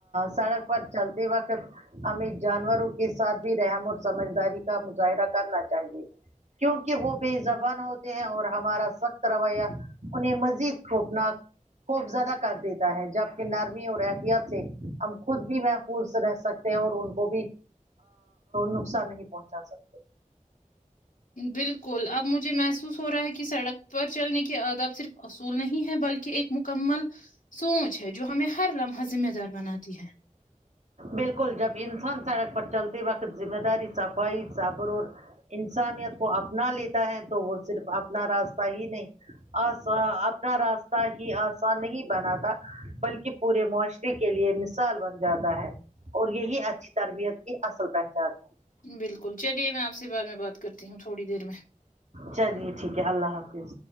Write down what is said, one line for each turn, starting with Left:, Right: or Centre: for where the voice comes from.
Right: سڑک پر چلتے وقت ہمیں جانوروں کے ساتھ بھی رحم اور سمجداری کا مظاہرہ کرنا چاہیے کیونکہ وہ بے زبان ہوتے ہیں اور ہمارا سخت رویہ انہیں مزید خوفناک خوف زیادہ کر دیتا ہے جبک نرمی اور احتیات سے ہم خود بھی محفوظ رہ سکتے اور ان کو بھی نقصان نہیں پہنچا سکتے
Left: بالکل اب مجھے محسوس ہو رہا ہے کہ سڑک پر چلنے کے آد آپ صرف اصول نہیں ہے بلکہ ایک مکمل سوچ ہے جو ہمیں ہر لمحہ ذمہ دار بناتی ہے
Right: بالکل جب انسان سڑک پر چلتے وقت ذمہ داری صفائی صبر انسانیت کو اپنا لیتا ہے تو وہ صرف اپنا راستہ ہی نہیں آسان اپنا راستہ ہی آسان نہیں بنا تھا بلکہ پورے معاشرے کے لیے مثال بن جاتا ہے اور یہی اچھی تربیت کی اصل پہچان ہے
Left: بالکل چلیے میں آپ سے بعد میں بات کرتی ہوں تھوڑی دیر میں
Right: چلیے ٹھیک ہے اللہ حافظ